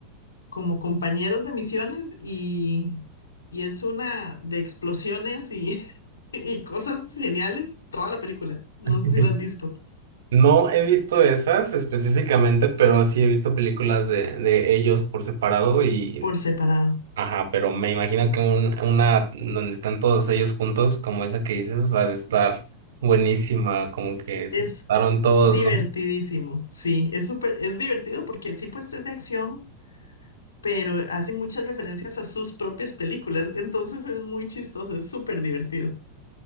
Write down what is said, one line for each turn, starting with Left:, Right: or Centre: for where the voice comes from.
Left: como compañeros de misiones y, y es una de explosiones y, <laughs> y cosas geniales, toda la película. No
Right: <laughs>
Left: sé si la has visto
Right: No he visto esas específicamente, pero sí he visto películas de, de ellos por separado y,
Left: por separado.
Right: ajá, pero me imagino que un- una donde están todos ellos juntos, como esa que dices, ha de estar buenísima, como que
Left: Es
Right: se juntaron todos,
Left: Divertidísimo,
Right: ¿no?
Left: sí, es súper, es divertido porque sí, pues es de acción, pero hacen muchas referencias a sus propias películas, entonces es muy chistoso, es súper divertido,